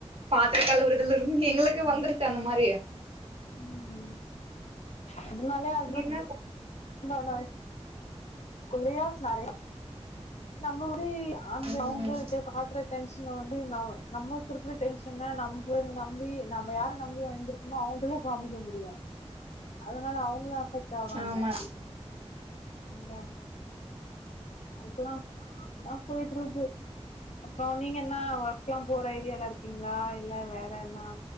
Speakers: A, on the right (about 55°); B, on the left (about 80°).
A: பாத்திர கழுவரதிலிருந்து எங்களுக்கு வந்துரு து அந்த மாரி
B: ஆங்கையே அதனாலயே ஹஸ்பெண்ட்
A: என்ன
B: இருந்தா ஒன்னாவே குள்ளயாச்சு நெறையா நம்மபுடி அந்த
A: ம்
B: அவுங்கிட்ட காட்டற டென்ஷன வந்து ந நம்ம கிருக்கிற டென்ஸன நம்ப நம்பி நம்ப யார நம்பி வந்திருக்கமோ அவங்ககிட்டதா காமிக்க முடியு அதனால அவங்களு அஃபெக்ட் ஆவாங்க
A: ஆமா
B: அதா அதுக்கலா இதா போய்ட்டு இருக்கு அப்பறோ நீங்க என்னா ஒர்க்லா போற ஐடியால இருக்கீங்களா இல்ல வேற என்னா